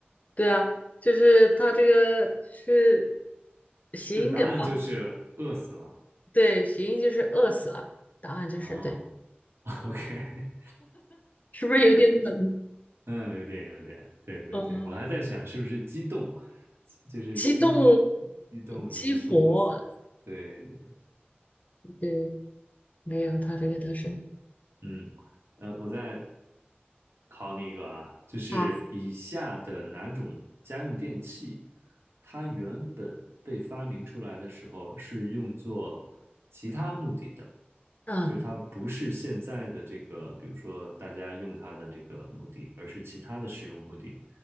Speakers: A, on the left; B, on the right.
A: 对啊，就是它这个是谐音梗吧？
B: 就答案就是饿死了。
A: 对，谐音就是饿死了，答案就是对，
B: 啊。<laughs> o k
A: 是不是有点冷？
B: 嗯，有点有点，对对对，
A: 呃，
B: 我还在想是不是激动，激就是激
A: 激动
B: 激动什么动不死，
A: 激活，
B: 对对。
A: 对，没有，它这个它是
B: 嗯，呃，我再考你一个啊，就是以下的哪种家用电器，
A: 啊，
B: 它原本被发明出来的时候是用作其他目的的，
A: 嗯
B: 就是它不是现在的这个，比如说大家用它的这个目的，而是其他的使用目的。